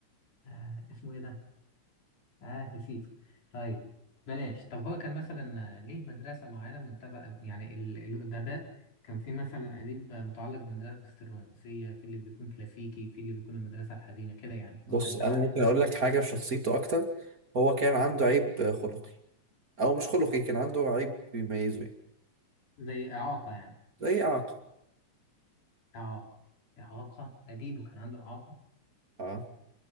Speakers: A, on the left (about 75°); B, on the right (about 30°).
A: آه اسمه ايه ده اه نسيته طيب بلاش طب هو كان مثلا آه، ليه مدرسة معينة منتبه يعني ال- الأدباء كان في مثلا أديب متعلق بمدرسة الرومانسية في اللي بيكون كلاسيكي في اللي بيكون المدرسة الحزينة كده يعني
B: بص
A: هو كان تبع
B: انا
A: المدرسة.
B: ممكن اقول لك حاجه في شخصيته اكتر هو كان عنده عيب آه، خلقي او مش خلقي كان عنده عيب بيميزه يعني
A: زي إعاقة يعني
B: زي اعاقه
A: إعاقة إعاقة أديب وكان عنده إعاقة
B: اه